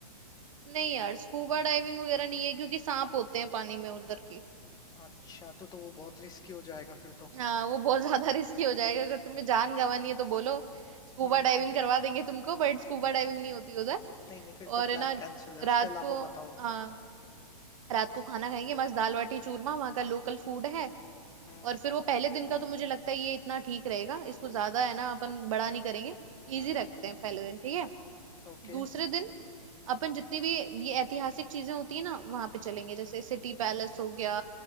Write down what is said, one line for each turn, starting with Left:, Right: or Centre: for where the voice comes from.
Right: नहीं यार स्कूबा डाइविंग वगैरह नहीं है क्योंकि सांप होते हैं पानी में उधर की
Left: अच्छा तो तो वो बहुत रिस्की हो जाएगा फिर तो
Right: हाँ वो बहुत ज्यादा रिस्की <laughs> हो जाएगा अगर तुम्हें जान गंवानी है तो बोलो स्कूबा
Left: हम्म
Right: डाइविंग करवा देंगे तुमको बट स्कूबा डाइविंग नहीं होती उधर
Left: नहीं नहीं फिर
Right: और
Left: तो
Right: है
Left: प्लान
Right: ना
Left: कैंसिल है
Right: रात
Left: उसके अलावा
Right: को
Left: बताओ
Right: हाँ रात को खाना खाएंगे मस्त दाल बाटी चूरमा वहाँ का लोकल फूड है
Left: हम्म
Right: और फिर वो पहले दिन का तो मुझे लगता है ये इतना ठीक रहेगा इसको ज्यादा है ना अपन बड़ा नहीं करेंगे
Left: हम्म
Right: इजी रखते हैं पहले दिन ठीक है
Left: ओके
Right: दूसरे दिन अपन जितनी भी ये ऐतिहासिक चीजें होती है ना वहां पे चलेंगे जैसे सिटी पैलेस हो गया